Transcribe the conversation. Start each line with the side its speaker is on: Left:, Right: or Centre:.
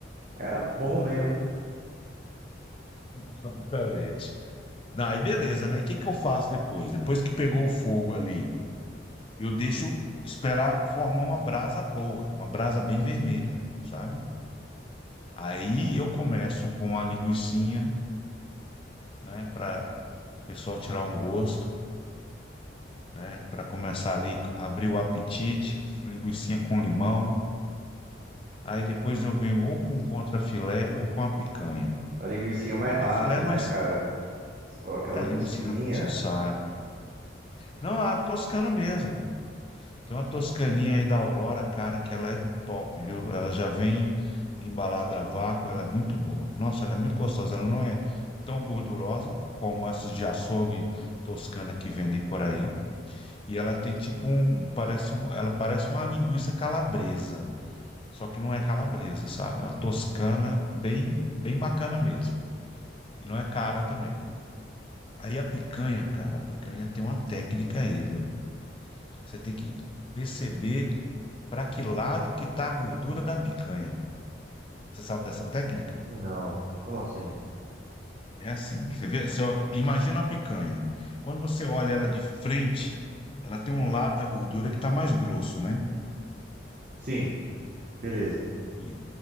Right: era bom mesmo, hein?
Left: Exatamente. Não, aí beleza, né? E o que que eu faço depois? Depois que pegou o fogo ali, eu deixo esperar formar uma brasa boa, uma brasa bem vermelha, sabe? Aí eu começo com a linguicinha, né? Para o pessoal tirar um gosto. né? Para começar ali, abrir o apetite, linguicinha com limão. Aí depois eu venho ou com contrafilé ou com a picanha.
Right: A linguicinha
Left: O
Right: é
Left: contrafilé
Right: mais rápido,
Left: é mais.
Right: né, cara? Você coloca aquela
Left: É, a
Right: linguiça
Left: linguiça
Right: fininha?
Left: rapidinho sai. Não, a toscana mesmo. Tem uma toscaninha aí da Aurora, cara, que ela é top, viu? Ela já vem embalada a vácuo, ela é muito boa. Nossa, ela é muito gostosa. Ela não é tão gordurosa como essas de açougue toscana que vendem por aí. E ela tem tipo um, parece um, ela parece uma linguiça calabresa. Só que não é calabresa, sabe? É uma toscana bem, bem bacana mesmo. E não é cara também. Aí a picanha, cara, a picanha tem uma técnica aí, viu? Você tem que perceber para que lado que tá a gordura da picanha. Você sabe dessa técnica?
Right: Não. Como assim?
Left: É assim, você vê, você ó, imagina a picanha. Quando você olha ela de frente, ela tem um lado da gordura que tá mais grosso, né?
Right: Sim, beleza.
Left: E